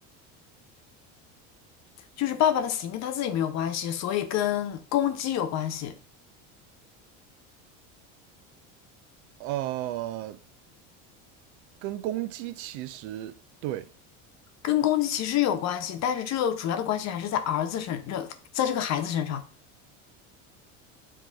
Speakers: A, on the left; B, on the right.
A: 就是爸爸的死因跟他自己没有关系，所以跟公鸡有关系，
B: 呃，跟公鸡其实对，
A: 跟公鸡其实有关系，但是这个主要的关系还是在儿子身，这在这个孩子身上。